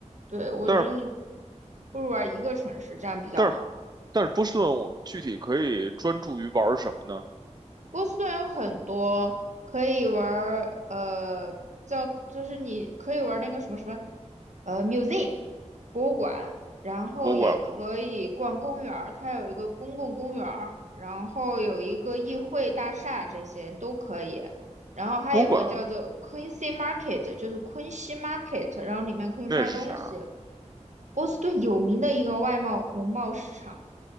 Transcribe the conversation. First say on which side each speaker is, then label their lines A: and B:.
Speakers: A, on the right (about 70°); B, on the right (about 35°).
A: 对，我觉得你
B: 但是
A: 不如玩一个城市，这样比较好。
B: 但是但是波士顿我们具体可以专注于玩儿什么呢？
A: 波士顿有很多可以玩儿，呃，叫就是你可以玩儿那个什么什么，呃，museum 博物馆，然后也可以逛公园儿它有一个公共公园儿然后有一个议会大厦，
B: 博物馆吗？
A: 这些都可以。然后还有个叫做
B: 博物馆
A: Quincy Market，就是昆西 Market，然后里面可以卖东西。
B: 那是啥？
A: 波士顿有名的一个外贸农贸市场。